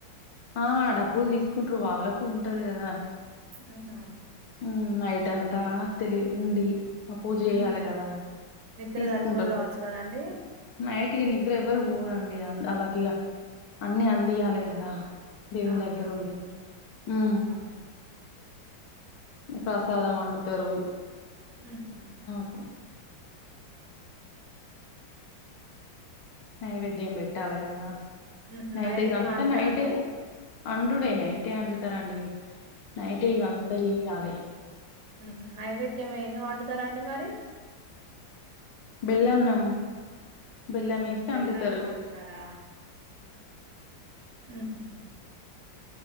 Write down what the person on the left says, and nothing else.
ఆ డబ్బులు తీసుకుంట్రూ వాళ్ళకు ఉంటది కదా
హు నైట్ అంతా తెలి ఉండి ఆ పూజ చేయాలి
కదా
తీసుకుంటరు
నైట్ ఇగ నిద్ర ఎవ్వరు పోరండి అలాగియ అన్ని అందియాలి కదా దేవుని
దగ్గర ఉండి ఊ
ప్రసాదం వండుతారు
కో నైవేద్యం పెట్టాలి కదా
నైట్
ఇదంతా
నైటే అండుడే నైటే అండుతారుండి నైటే ఇవంతా చెయ్యాలి
బెల్లన్నం బెల్లం
వేసి వండుతారు